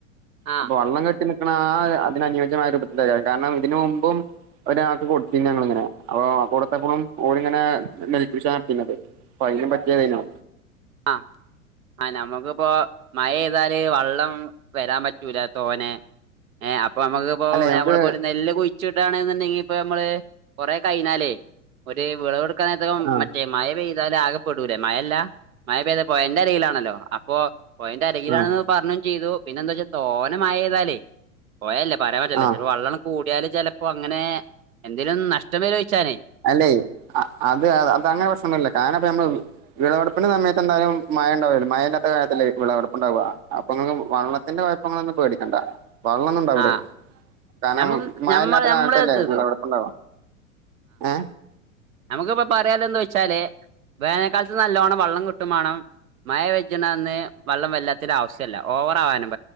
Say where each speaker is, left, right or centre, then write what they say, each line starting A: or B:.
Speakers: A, on the right (about 70°); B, on the right (about 25°).
A: ആ
B: അപ്പൊ വള്ളം കെട്ടിനിക്ക്ണ ആ അതിന അനുയോജ്യമായ <unintelligible> കാരണം ഇതിന് മുമ്പും ഒരാക്ക് കൊടുതീനി ഇങ്ങനെ അപ്പൊ കൊടുത്തപ്പളും ഓലിങ്ങനെ നെൽ കൃഷി നടത്തിനെ അയിനും പറ്റിയതേയ്‌നു
A: ആ ആ നമ്മുക്കിപ്പോ മഴ പെയ്താല് വള്ളം വരാൻ പറ്റൂല തോനെ അപ്പൊ നമുക്കിപ്പോ
B: അല്ലെ ഞമ്മക്ക്
A: നമ്മളിപ്പോൾ ഒരു നെല്ല് കുയിച്ചിടണ് പ്പോ നമ്മള് കൊറേ കയിഞ്ഞാലേ ഒരു വിള വെടുക്കാനേരത്തൊക്കെ
B: ആഹ്
A: മറ്റേ മഴ പെയ്യ താല് ആകെപ്പെടൂലേ മഴല്ല മയ പെയ്ത പൊയന്റെ അരികിലാണല്ലോ അപ്പോ പോയന്റെ അരികിലാണെന്ന്
B: ആഹ്
A: പറഞ്ഞൂൻ ചെയ്തു പിന്നെ എന്താ വെച്ചാ തോനെ മയയ്താലേ പോയല്ല പറയാൻ പറ്റില്ലേ
B: ആഹ്
A: ചിലപ്പോ വള്ളം കൂടിയാല് ചിലപ്പോ അങ്ങനെ എന്തേലും നഷ്ടം വ ചോദിച്ചാേ
B: അല്ലെ അത് അത അങ്ങനെ പ്രശ്നന്നുല്ല കാരണം അപ്പ നമ്മ വിളവെടുപ്പിന്റെ സമയത്ത് എന്തായാലും മഴ ഉണ്ടാവല്ലോ മഴനത്തെ കാലത്തല്ലേ വിളവെടുപ്പ്ണ്ടാവാ അപ്പൊ നിങ്ങക്ക് വള്ളത്തിന്റെ കുഴപ്പം പേടിക്കേണ്ട വള്ളൊന്നും ഉണ്ടാവുല്ല
A: ആ
B: കാരണം
A: നമുക്ക്
B: മഴയില്ലാത്ത
A: നമ്മള് നമ്മള്
B: കാലത്തല്ലേ
A: ഇത് ഇത്
B: വിളവെടുപ്പുണ്ടാവ ഏ
A: നമുക്കിപ്പം പറയാൻ ഉള്ളത് എന്താ വെച്ചാൽ വേനൽക്കാലത്ത് നല്ലവണം വെള്ളം കിട്ടും വേണം മഴ പേജ്ജ്ണന്ന് വെള്ളം വെല്ലാത്തിന്റെ ആവശ്യമല്ല ഓവറ ആവാനും